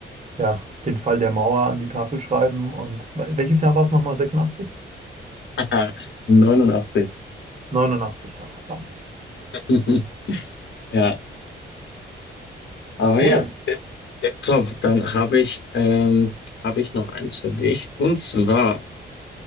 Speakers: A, on the right (about 35°); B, on the left (about 70°).
A: ja, den Fall der Mauer an die Tafel schreiben und welches Jahr war es nochmal? 86?
B: äh, <laughs> 89.
A: 89, ja, verdammt.
B: <laughs> Ja, aber
A: Cool.
B: ja, tip, tip top. Dann habe ich, ähm, habe ich noch eins für dich. Und zwar,